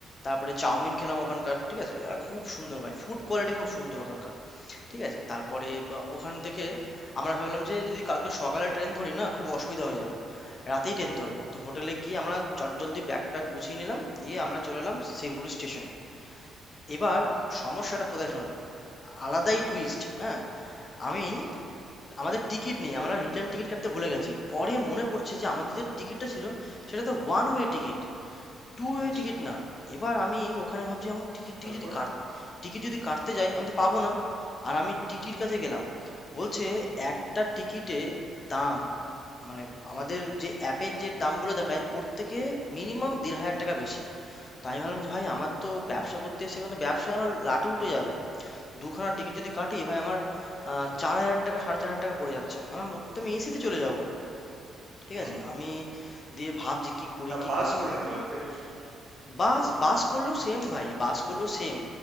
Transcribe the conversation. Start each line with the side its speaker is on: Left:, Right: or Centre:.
Left: তারপরে চাউমিন খেলাম ওখানকার ঠিক আছে আর খুব সুন্দর ভাই ফুড কোয়ালিটি খুব সুন্দর ওখানকার ঠিক আছে তারপরে বা ওখান থেকে আমরা ভাবলাম যে যদি কালকে সকালে ট্রেন ধরি না খুব অসুবিধা হয়ে যাবে রাতেই ট্রেন ধরবো তো হোটেলে গিয়ে আমরা চটজলদি ব্যাগ প্যাক গুছিয়ে নিলাম দিয়ে আমরা চলে এলাম শিলিগুড়ি স্টেশনে এবার সমস্যাটা কোথায় শোন আলাদাই টুইস্ট হ্যাঁ আমি আমাদের টিকিট নেই আমরা রিটার্ন টিকিট কাটতে ভুলে গেছি পরে মনে পড়ছে যে আমাদের যে টিকিটটা ছিল সেটা তো one way ticket two way
Right: আচ্ছা
Left: ticket না এবার আমি ওখানে ভাবছি এখন টিকিট টিকিট
Right: তারপর
Left: যদি কাট টিকিট যদি কাটতে যাই আমি তো পাবো না আর আমি টিটির কাছে গেলাম বলছে একটা টিকিটে দাম মানে আমাদের যে অ্যাপের যে দামগুলো দেখায় ওর থেকে মিনিমাম দেড় হাজার টাকা বেশি তো আমি ভাবলাম যে ভাই আমার তো ব্যবসা করতে এসে এখন তো ব্যবসায় আমার লাটে উঠে যাবে দুখানা টিকিট যদি কাটি ভাই আমার আহ, চার হাজার টাকা সাড়ে চার হাজার টাকা পড়ে যাচ্ছে আমার মধ্যে আমি এসিতে চলে যাব ঠিক
Right: হুম
Left: আছে আমি দিয়ে ভাবছি কি করি
Right: তা
Left: কি
Right: বাস
Left: করি
Right: করে নিতে পারতিস
Left: বাস বাস করলেও সেম ভাই বাস করলেও সেম